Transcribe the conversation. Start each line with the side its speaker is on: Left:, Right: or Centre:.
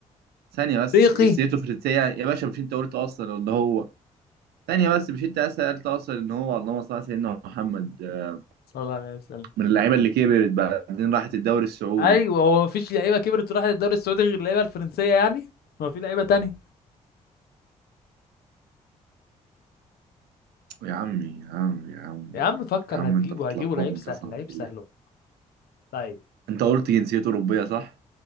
Right: ثانيه بس
Left: افريقي
Right: مش جنسيته فرنسيه يا باشا مش انت قلت اصلا ان هو ثانيه بس مش انت سالت اصلا ان هو اللهم صل على سيدنا محمد آه،
Left: صلى الله عليه وسلم
Right: من اللعيبه اللي كبرت بعدين راحت الدوري السعودي
Left: ايوه هو مفيش لعيبه كبرت وراحت الدوري السعودي غير اللعيبه الفرنسيه يعني ما في لعيبه تانية
Right: يا عمي يا عمي يا عمي
Left: يا
Right: يا
Left: عم
Right: عمي
Left: فكر
Right: يا عم
Left: هتجيبه
Right: انت بتلخبطني
Left: هتجيبه لعيب سهل
Right: قسما
Left: لعيب
Right: بالله
Left: سهل هو. طيب
Right: انت قلت جنسيته اوروبيه صح